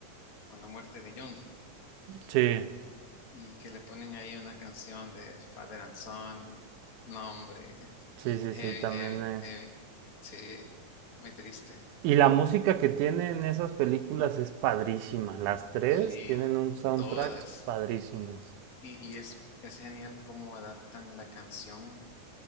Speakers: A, on the left; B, on the right.
A: con la muerte de Yondu
B: Sí.
A: y que le ponen ahí una canción de Father and Son y no, hombre,
B: Sí, sí,
A: heavy,
B: sí, también
A: heavy,
B: es.
A: heavy. Sí, muy triste.
B: Y la música que tienen esas películas es padrísima. Las tres
A: Sí,
B: tienen un soundtrack
A: todas.
B: padrísimo.
A: Y, y es, es genial cómo adaptan la canción